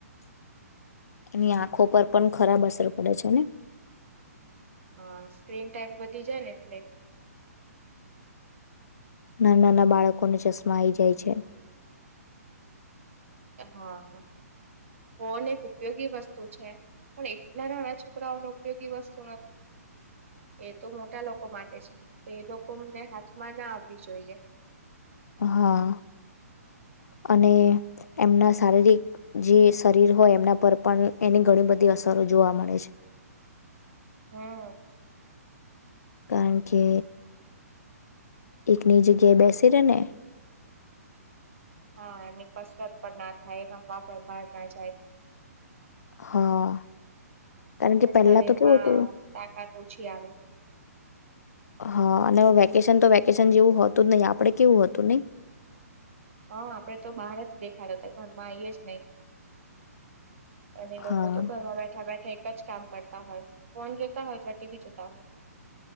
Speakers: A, on the left; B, on the right.
A: ની આંખો પર પણ ખરાબ અસર પડે છે ને.
B: હ સ્ક્રીન ટાઈમ વધી જાયને એટલે
A: ના નાના બાળકોને ચશ્મા આઈ જાય છે.
B: હા ફોન એક ઉપયોગી વસ્તુ છે પણ એટલા નાના છોકરાઓનો ઉપયોગી વસ્તુ નથી. તો મોટા લોકો માટે છે. એ લોકો અમને હાથમાં ના આવવી જોઈએ.
A: હા અને એમના શારીરિક જે શરીર હોય એમના પર પણ એની ઘણી બધી અસરો જોવા મળે છે.
B: હમ
A: કારણ કે એકની જગ્યાએ બેસી રે ને
B: હા એમની કસરત પણ ના થાય રમવા પણ બહાર ના જાય.
A: હા કારણ
B: એટલે
A: કે પહેલા
B: શરીરમાં
A: તો કેવું હતું.
B: તાકાત ઓછી આવે
A: હા અને વેકેશન તો વેકેશન જેવું હો હતું જ નહ આપડે કેવું હતું નહી.
B: હા, આપડે તો બહાર જ દેખાડે હતા ઘરમાં આઈ એજ નહી. અને લોકો
A: હા
B: તો ઘરમાં બેઠા બેઠા જ કામ કરતા હોય ફોન જોતા હોય અથવા ટી વી જોતા હોય.